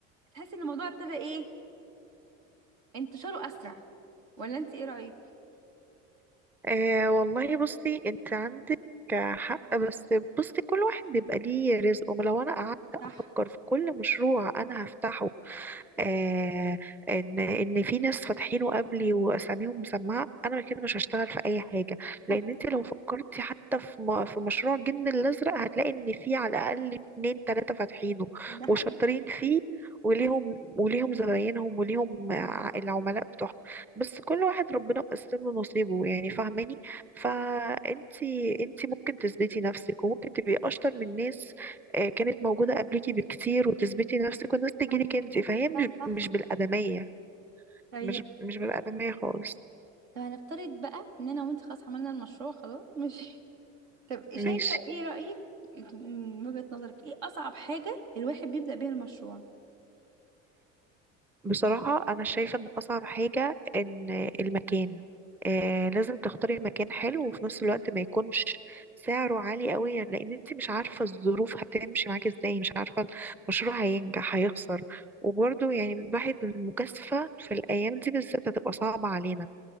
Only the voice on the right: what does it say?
تحس ان الموضوع ابتدى ايه انتشاره اسرع ولا انت ايه رايك
صح
صح
ده حقيقي
مم.
صح
لا صح
طيب
طب هنفترض بقى ان انا وانت خلاص عملنا المشروع خلاص ماشي <laughs> طب شايفه
ايه رايك انت من وجهه نظرك ايه اصعب حاجه الواحد بيبدا بيها المشروع
مم.